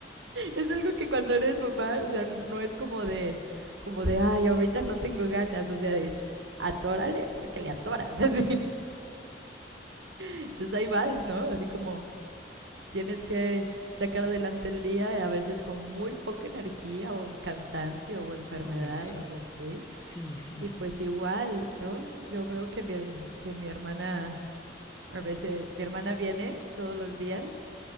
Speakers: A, on the right; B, on the left.
A: Es algo que cuando eres mamá, o sea, no es como de, como de, ay, ahorita no tengo ganas, o sea, es atórale porque le atoras. <laughs> así. Entonces ahí vas, ¿no? Así como tienes que sacar adelante el día, a veces con muy poca energía o cansancio o enfermedad
B: uy, sí,
A: o algo así.
B: sí, sí,
A: Y pues igual, ¿no? Yo veo que mi, her- que mi hermana, a veces, mi hermana viene todos los días